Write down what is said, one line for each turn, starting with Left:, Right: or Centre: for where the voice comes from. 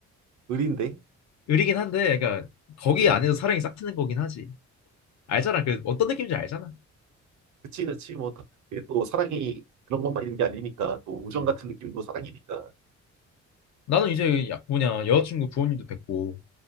Right: 의리인데.
Left: 의리긴 한데 그러니까 거기
Right: 이제
Left: 안에서 사랑이 싹 트는 거긴 하지. 알잖아. 그 어떤 느낌인지 알잖아.
Right: 그치 그치 뭐 다- 이게 또 사랑이 그런 것만 있는 게 아니니까 또 우정
Left: 음.
Right: 같은 느낌도 사랑이니까
Left: 나는 이제 야, 뭐냐 여자친구 부모님도 뵙고